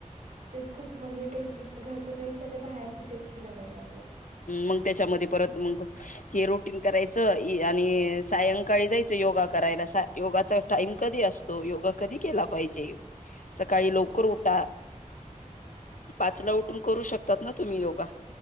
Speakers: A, on the right (about 70°); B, on the left (about 70°).
A: तेच खूप म्हणजे टेस्टी घरच्या पेक्षा ते बाहेरच टेस्टी लागायला लागले.
B: मग त्याच्यामध्ये परत मग हे रोटीन करायचं आणि सायं सकाळी जायचं योगा करायला योगाचा टाइम कधी असतो योगा कधी केला पाहिजे. सकाळी लवकर उठा पाचला उठून. करू शकतात ना तुम्ही योगा